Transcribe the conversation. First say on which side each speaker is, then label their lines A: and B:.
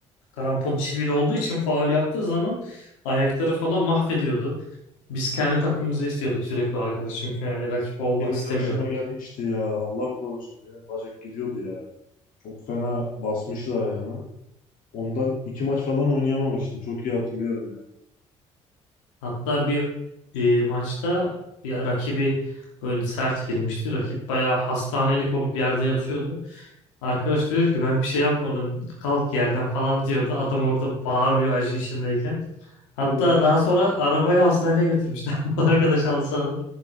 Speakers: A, on the left; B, on the left.
A: krampon çivili olduğu için faul yaptığı zaman ayakları falan mahvediyordu. Biz kendi takımımızı istiyorduk sürekli o arkadaş çünkü hani rakip olmak
B: Bir kere
A: istemiyordum.
B: karşıma gelmişti ya Allah korusun benim bacak gidiyordu ya. Çok fena basmıştı ayağıma. Ondan iki maç falan oynayamamıştım. Çok iyi hatırlıyorum yani
A: Hatta bir e, maçta bir rakibi böyle sert girmişti. Rakip bayağı hastanelik olup yerde yatıyordu. Arkadaş diyor ki ben bir şey yapmadım kalk yerden falan diyordu. Adam orada bağırıyor acı içindeyken. Hatta
B: Iı,
A: daha sonra arabayı hastaneye götürmüşler. <laughs> Bu Arkadaş halı sahada.